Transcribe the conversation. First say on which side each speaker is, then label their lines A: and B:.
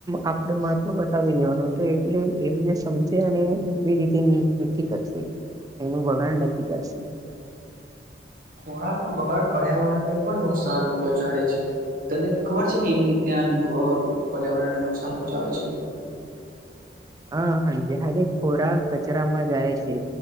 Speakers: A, on the right; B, on the right.
A: આપડે મહત્વ બતાવી દેવાનું તે એટલે એમને સમજે અને. કેવી રીતે નથી કરશે એનું વગાણ નકી કરશે.
B: ખોરાક નો બગાડ પર્યાવરણ ને પણ નુકસાન પહોંચાડે છે. તને ખબર છે કેવી રીતે આ પર્યાવરણ ને નુકસાન પહોંચાવે છે.
A: હા હા જયારેારે ખોરાક કચરામાં જાય છે.